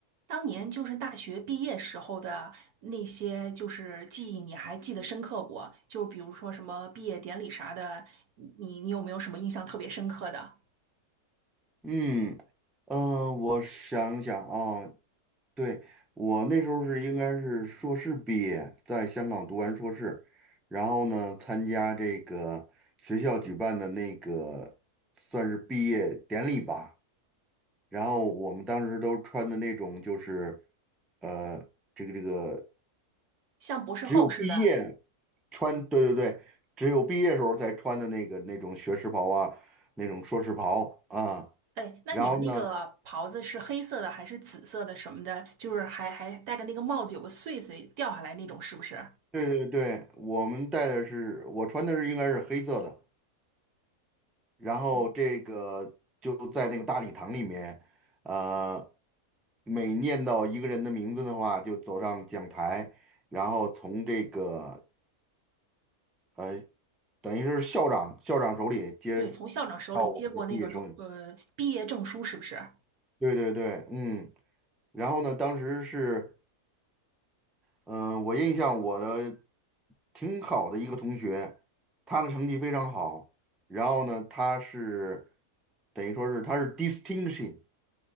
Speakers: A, on the right (about 75°); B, in the centre.
A: 当年就是大学毕业时候的那些，就是记忆，你还记得深刻不？就比如说什么毕业典礼啥的，你你有没有什么印象特别深刻的？
B: 嗯呃，我想想啊，对，我那时候是应该是硕士毕业，在香港读完硕士，然后呢，参加这个学校举办的那个算是毕业典礼吧。然后我们当时都穿的那种就是呃，这个这个
A: 像博士后似的，
B: 只有毕业穿，对对对，只有毕业时候才穿的那个那种学士袍啊，那种硕士袍啊。
A: 哎，那你们那个袍子是黑色的还是紫色的什么的？
B: 然后呢？
A: 就是还还戴个那个帽子，有个穗穗掉下来那种，是不是？
B: 对对对，我们带的是我穿的是应该是黑色的，然后这个就在那个大礼堂里面，
A: 嗯，
B: 呃，每念到一个人的名字的话，就走上讲台，然后从这个呃，等于是校长校长手里接
A: 对，从校长手里接过那个荣呃毕业证书，
B: 到我们的毕业手里
A: 是不是？
B: 对对对，嗯，然后呢，当时是。嗯，我印象我的挺好的一个同学，他的成绩非常好。然后呢，他是等于说是他是 distinction，